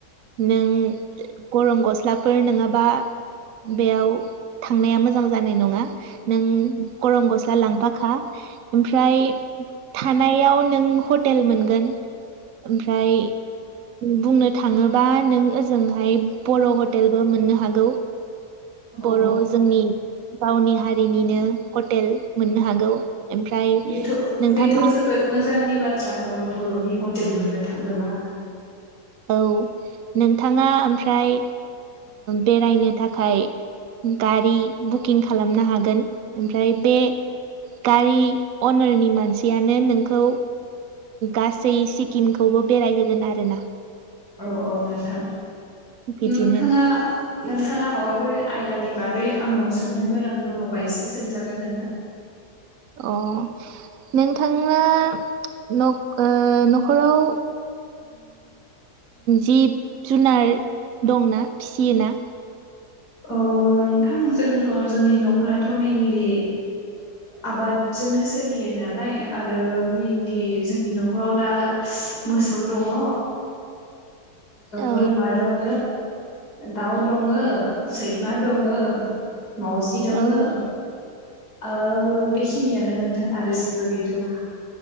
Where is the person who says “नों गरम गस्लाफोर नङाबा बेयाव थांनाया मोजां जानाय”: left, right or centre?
Right